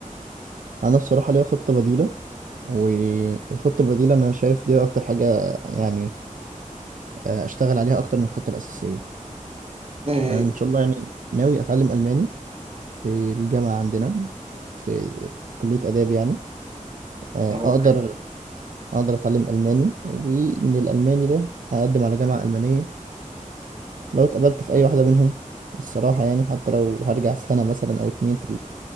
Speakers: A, on the right; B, on the right.
A: انا بصراحه ليا خطه بديله والخطه البديله انا شايف دي اكتر حاجه يعني آه، اشتغل عليها اكتر من الخطه الاساسيه
B: ايه هي
A: انا ان شاء الله يعني ناوي اتعلم الماني في الجامعه عندنا في كليه اداب يعني آه،
B: هو
A: اقدر اقدر اتعلم الماني ومن الالماني ده هقدم على جامعة المانية لو اتقبلت في اي واحدة منهم الصراحة يعني حتى لو هرجع سنة مثلا او اتنين في